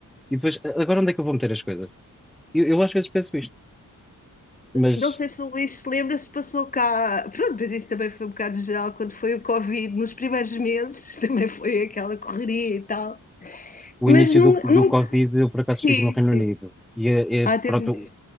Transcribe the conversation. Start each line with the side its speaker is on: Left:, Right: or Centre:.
Centre: e depois, "A- agora onde é que eu vou meter as coisas? Eu, eu às vezes penso isto, mas
Left: Não sei se o Luís se lembra se passou cá. Pronto, mas isso também foi um bocado geral quando foi o Covid, nos primeiros meses, <laughs> também foi aquela correria e tal.
Centre: o
Left: Mas
Centre: início
Left: não,
Centre: do, do
Left: não...
Centre: Covid, eu por acaso estive
Left: Sim,
Centre: no Reino
Left: sim.
Centre: Unido e, é-
Left: Ah,
Centre: é,
Left: teve.
Centre: pronto,
Left: um-